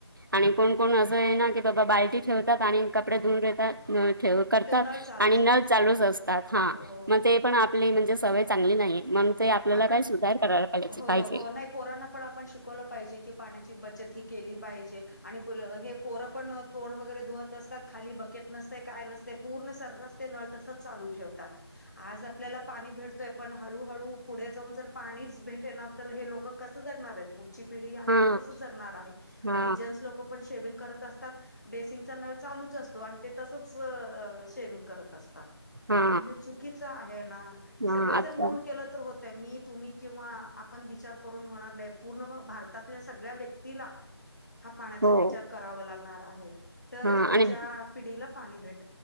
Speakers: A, on the right; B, on the left.
A: आणि कोण कोण असं आहे ना, की बाबा बाल्टी ठेवतात आणि कपडे धुवून घेतात. नळ ठेव करतात,
B: ते नळ चालूच
A: आणि
B: ठेवत
A: नळ चालूच असतात, हा
B: हो
A: मग
B: हो
A: ते पण आपले म्हणजे सवय. चांगली नाही मग ते,
B: हो
A: आपल्याला
B: आपण
A: काय सुधार करायला
B: हो
A: पाहिजे.
B: हो नाही पोरांना पण आपण शिकवलं पाहिजे, की पाण्याची बचत ही केली पाहिजे. आणि हे पोरं पण तोंड वगैरे धुवत असतात, खाली बकेट नसते काय नसते पूर्ण सर्रास. ते नळ तसाच चालू ठेवतात. आज आपल्याला पाणी भेटतय पण हळू हळू पुढे जाऊन जर पाणीच भेटे ना, तर हे लोकं कसं जगणार आहेत. पुढची पिढी आहे
A: हा
B: ती कसं जगणार आहे,
A: हा
B: आणि जेंन्स लोक पण शेविंग करत असतात. बेसिंगचा नळ चालूच असतो, आणि ते तसच शेविंग करत असतात.
A: हा
B: मग हे चुकीचं आहे ना,
A: हा
B: सगळेजण
A: अच्छा
B: मिळून. केलं तर होतंय. मी तुम्ही किंवा आपण विचार करून होणार नाही, पूर्ण भारतातल्या सगळ्या व्यक्तीला.
A: <inaudible>
B: हा पाण्याचा
A: हो
B: विचार करावा लागणार आहे, तरचं
A: हा
B: पुढच्या
A: आणि
B: पिढीला पाणी भेट